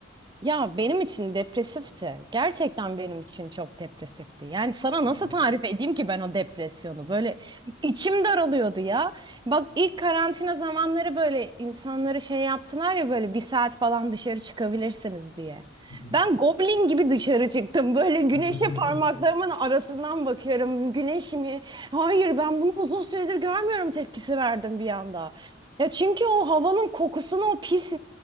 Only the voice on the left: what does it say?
Hı
hı.
Hı hı.
<laughs>